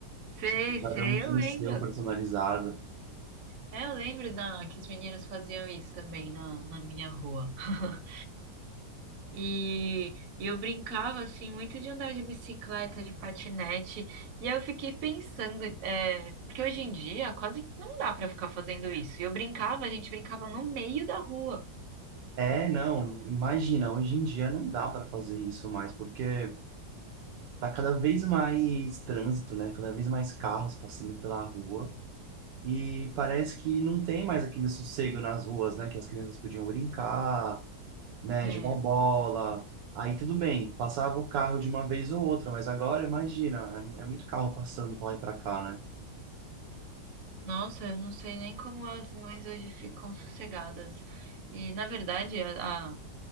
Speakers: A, on the right; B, on the right.
A: sei,
B: Tipo, cada
A: sei,
B: um tinha
A: eu lembro.
B: o seu personalizado.
A: É, eu lembro da, que os meninos faziam isso também na, na minha rua. <laughs> E eu brincava, assim, muito de andar de bicicleta, de patinete. E aí eu fiquei pensando, é, porque hoje em dia quase não dá pra ficar fazendo isso. E eu brincava, a gente brincava no meio da rua.
B: É, não, imagina, hoje em dia não dá pra fazer isso mais, porque tá cada vez mais trânsito, né? Cada vez mais carros passando pela rua. E parece que não tem mais aquele sossego nas ruas, né? Que as crianças podiam brincar, né?
A: É.
B: Jogar bola. Aí tudo bem, passava o carro de uma vez ou outra, mas agora imagina, é, é muito carro passando pra lá e pra cá, né?
A: Nossa, eu não sei nem como as mães hoje ficam sossegadas. E, na verdade, a, a-